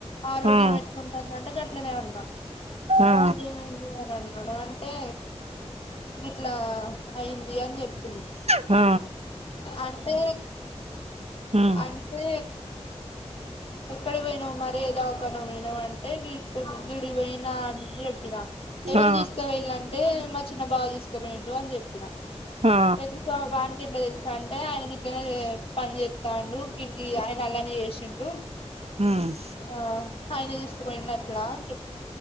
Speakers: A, on the left (about 55°); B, on the right (about 70°).
A: ఆరోగ్యం
B: ఆ
A: ఎట్లుంటంది అంటే గట్లనే అన్నా
B: ఆ
A: ఎందుకు ఏమైంది అని అన్నాడు అం టే గిట్లా అయ్యింది అని చెప్పిన
B: ఆ
A: అంటే
B: ఉమ్
A: అంటే ఎక్కడి పోయినావు మరి ఏ దావకాన పోయినవు అంటే గిట్టు గిడికి పోయినా అన్ని చెప్పినా ఎవళ్ళు
B: ఆ
A: తీసుకొపోయిళ్ళు అంటే మా చిన్న బావ తీసుకోపోయిండు అని చెప్పిన
B: ఆ
A: ఎందు సో వానికి ఎట్లా తెలుసాంటే ఆయన గిట్లనే పని చేత్తాండు గినికి ఆయన అలానే చేసిండు <inaudible>
B: ఉమ్మ్
A: ఆ ఆయన తీసుకుపోయిండు అట్లా అని చె